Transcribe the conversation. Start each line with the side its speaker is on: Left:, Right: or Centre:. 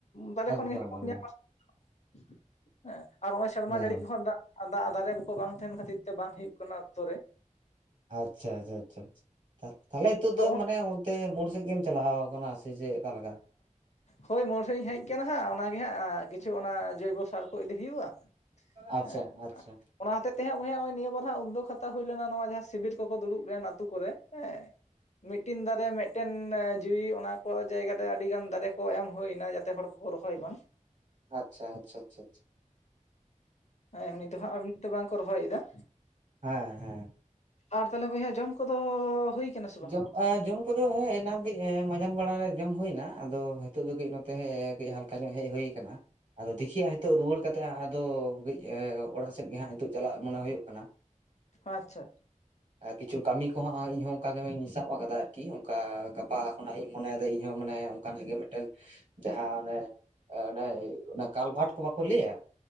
Left: ᱫᱟᱨᱮ
Right: ᱮᱠᱫᱚᱢ
Left: ᱠᱷᱚᱱ ᱜᱮᱜ ᱵᱚᱱ
Right: ᱮᱠᱫᱚᱢ
Left: ᱧᱟᱢᱟ <unintelligible> ᱦᱮᱸ ᱟᱨ ᱱᱚᱜ-ᱚᱭ ᱥᱮᱨᱢᱟ
Right: ᱦᱮᱸ
Left: ᱡᱟᱹᱲᱤ ᱠᱚᱦᱚᱸ ᱫᱟᱜᱽ ᱫᱟᱜᱽ ᱫᱟᱨᱮ ᱠᱚ ᱵᱟᱝ ᱛᱟᱦᱮᱱ ᱠᱷᱟᱹᱛᱤᱨ ᱛᱮ ᱵᱟᱝ ᱦᱩᱭᱩᱜ ᱠᱟᱱᱟ ᱚᱠᱛᱚ ᱨᱮ᱾
Right: ᱟᱪᱪᱷᱟ ᱟᱪᱪᱷᱟ ᱟᱪᱪᱷᱟ ᱛᱟᱦᱚᱞᱮ ᱱᱤᱛᱚᱜ
Left: ᱟᱫᱚ
Right: ᱫᱚ ᱢᱟᱱᱮ ᱚᱱᱛᱮ ᱢᱳᱲ ᱥᱮᱫ ᱜᱮᱢ ᱪᱟᱞᱟᱣ ᱠᱟᱱᱟ, ᱥᱮ ᱪᱮᱜ ᱚᱠᱟ ᱞᱮᱠᱟ?
Left: ᱦᱳᱭ ᱢᱳᱲ ᱥᱮᱫ ᱤᱧ ᱦᱮᱜ ᱠᱟᱱᱟ ᱦᱟᱸᱜ ᱚᱱᱟᱜᱮ ᱦᱟᱸᱜ ᱠᱤᱪᱷᱩ ᱚᱱᱟ ᱡᱚᱭᱵᱚ ᱥᱟᱨ ᱠᱚ ᱤᱫᱤ ᱦᱩᱭᱩᱜᱼᱟ᱾
Right: ᱟᱪᱪᱷᱟ
Left: ᱦᱮᱸ
Right: ᱟᱪᱪᱷᱟ
Left: ᱟᱨ ᱚᱱᱟ ᱦᱚᱛᱮᱡ ᱛᱮ ᱦᱟᱸᱜ ᱵᱚᱭᱦᱟ ᱱᱚᱜᱼᱚᱭ ᱱᱤᱭᱟᱹ ᱵᱟᱨ ᱦᱟᱸᱜ ᱩᱫᱽᱫᱳᱜ ᱦᱟᱛᱟᱣ ᱦᱩᱭ ᱞᱮᱱᱟ ᱱᱚᱣᱟ ᱡᱟᱦᱟᱸ ᱥᱤᱵᱤᱨ ᱠᱚᱠᱚ ᱫᱩᱲᱩᱵ ᱜᱮᱭᱟ ᱱᱟᱛᱳ ᱠᱚᱨᱮ ᱦᱮᱸᱻ ᱢᱤᱫᱴᱮᱱ ᱫᱟᱨᱮ ᱢᱮᱫᱴᱮᱱ ᱡᱤᱣᱤ ᱚᱱᱟ, ᱟᱠᱚᱣᱟᱜ ᱡᱟᱭᱜᱟ ᱨᱮ ᱟᱹᱰᱤ ᱜᱟᱱ ᱫᱟᱨᱮ ᱠᱚ ᱮᱢ ᱦᱩᱭᱱᱟ ᱡᱟᱛᱮ ᱦᱚᱲ ᱠᱚᱠᱚ ᱨᱚᱦᱚᱭ ᱢᱟᱱ᱾
Right: ᱟᱪᱪᱷᱟ ᱟᱪᱪᱷᱟ ᱪᱷᱟ ᱼᱪᱷᱟ᱾
Left: ᱮᱢᱱᱤ ᱫᱚ ᱦᱟᱸᱜ ᱢᱤᱫ ᱛᱮ ᱵᱟᱝᱠᱚ ᱨᱚᱦᱚᱭᱮᱫᱟ᱾
Right: ᱦᱮᱸ ᱦᱮᱸ,
Left: ᱟᱨ ᱛᱟᱦᱚᱞᱮ ᱵᱚᱭᱦᱟ ᱡᱚᱢ ᱠᱚᱫᱚ ᱦᱩᱭ ᱠᱟᱱᱟ ᱥᱮ ᱵᱟᱝ
Right: ᱡᱚᱢ ᱟᱸᱻ ᱡᱚᱢ, ᱠᱚᱫᱚ ᱦᱮᱸ ᱮᱱᱟᱝ ᱠᱟᱹᱡ ᱢᱟᱡᱟᱱ ᱵᱮᱸᱲᱟ ᱨᱮ ᱡᱚᱢ ᱦᱩᱭ ᱮᱱᱟ ᱟᱫᱚ ᱱᱤᱛᱚᱜ ᱫᱚ ᱠᱟᱹᱡ ᱱᱚᱛᱮ ᱠᱟᱹᱡ ᱦᱟᱞᱠᱟ ᱧᱚᱜ ᱦᱮᱡ ᱦᱩᱭ ᱟᱠᱟᱱᱟ᱾ ᱟᱫᱚ ᱫᱤᱠᱷᱤ ᱦᱟᱸᱜ ᱦᱤᱛᱳᱜ ᱨᱩᱣᱟᱹᱲ ᱠᱟᱛᱮᱫ ᱦᱟᱸᱜ ᱟᱫᱚ ᱠᱟᱹᱡ ᱮᱸ ᱚᱲᱟᱜ ᱥᱮᱫ ᱜᱮ ᱦᱟᱸᱜ ᱦᱤᱛᱳᱜ ᱪᱟᱞᱟᱜ ᱢᱚᱱᱮ ᱦᱩᱭᱩᱜ ᱠᱟᱱᱟ᱾
Left: ᱟᱪᱪᱷᱟ ᱟᱪᱪᱷᱟ᱾
Right: ᱟᱨ ᱠᱤᱪᱷᱩ ᱠᱟᱹᱢᱤ ᱠᱚᱦᱚᱸ ᱟᱨ ᱤᱧ ᱦᱚᱸ, ᱚᱱᱠᱟᱜᱤᱧ ᱥᱟᱵ ᱟᱠᱟᱫᱟ ᱟᱨᱠᱤ ᱚᱱᱠᱟ ᱜᱟᱯᱟ ᱠᱷᱚᱱᱟᱜ ᱤᱧ ᱢᱚᱱᱮᱭᱮᱫᱟ ᱤᱧᱦᱚᱸ ᱢᱟᱱᱮ ᱚᱱᱠᱟᱱᱟᱜ ᱜᱮ ᱢᱤᱫᱴᱮᱱ, ᱡᱟᱦᱟᱸ ᱚᱱᱮ ᱚᱱᱮ ᱠᱟᱞᱵᱷᱟᱴ ᱠᱚ ᱵᱟᱠᱚ ᱞᱟᱹᱭᱟ,